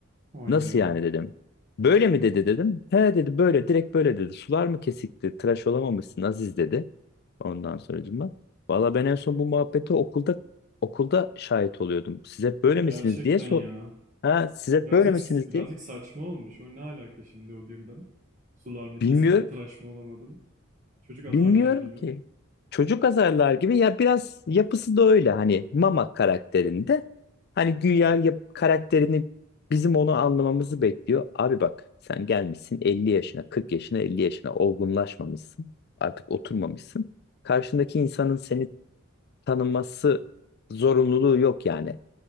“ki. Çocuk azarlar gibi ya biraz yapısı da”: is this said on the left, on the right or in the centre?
Left